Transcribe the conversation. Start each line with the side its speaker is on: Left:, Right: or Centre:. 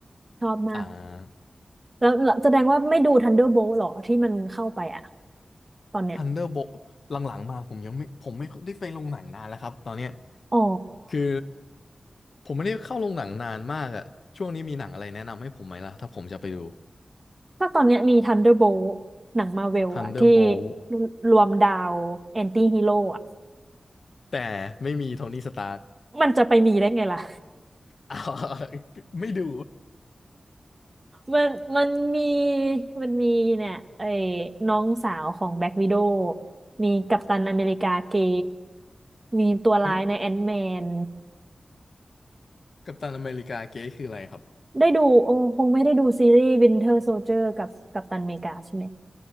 Right: ชอบมาก
Left: อ่า
Right: แล้วแล้วแสดงว่าไม่ดู Thunderbolt หรอที่มันเข้าไปอะตอนเนี้ย
Left: Thunderbolt หลังๆมาผมยังไม่ผมไม่ได้ไปลงหนังนานแล้วครับตอนเนี้ย
Right: อ๋อ
Left: คือผมไม่ได้เข้าโรงหนังนานมากอะช่วงนี้มีหนังอะไรแนะนำให้ผมไหมล่ะถ้าผมจะไปดู
Right: กาตอนเนี้ยมี Thunderbolt หนังมาเวลอะที่
Left: ทันเดอร์โบลต์
Right: รวมดาวแอนตี้ฮีโร่อะ
Left: แต่ไม่มีโทนี่สตาร์ก
Right: มันจะไปมีได้ไงล่ะ
Left: อ้าว <laughs> ไม่ดู
Right: มันมันมีมันมีเนี่ยไอ้น้องสาวของแบล็ k ว i ด o w มีกัปตันอเมริกาเก๊มีตัวร้ายในแอน
Left: <laughs> หึ
Right: t m แมน
Left: กัปตันอเมริกาเก๊คืออะไรครับ
Right: ได้ดูโอ้คงไม่ได้ดูซีรีส์ Winter Soldier กับกัปตันอเมริกาใช่ไหม